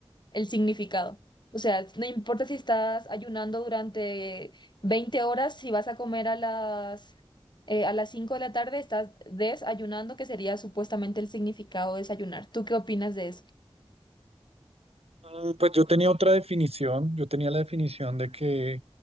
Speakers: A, on the left; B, on the right.
A: el significado. O sea, no importa si estás ayunando durante 20 horas, si vas a comer a las eh, a las 5 de la tarde, estás desayunando, que sería supuestamente el significado de desayunar. ¿Tú qué opinas de eso?
B: Mm, Pues yo tenía otra definición, yo tenía la definición de que